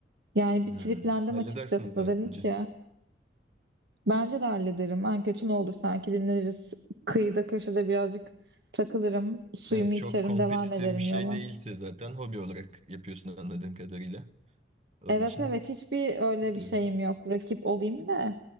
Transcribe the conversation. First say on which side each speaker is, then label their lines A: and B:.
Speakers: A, on the right (about 70°); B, on the right (about 35°).
A: yani
B: Hmm,
A: bir triplendim
B: Halledersin
A: açıkçası.
B: bence.
A: Dedim ki bence de hallederim. En kötü ne olur sanki dinleniriz. Kıyıda köşede birazcık takılırım. Suyumu
B: Evet çok
A: içerim
B: kompetitif
A: devam ederim
B: bir şey
A: yola.
B: değilse zaten hobi olarak yapıyorsun anladığım kadarıyla. Onun
A: Evet
B: için
A: evet hiçbir öyle
B: önemli.
A: bir şeyim yok. Rakip olayım da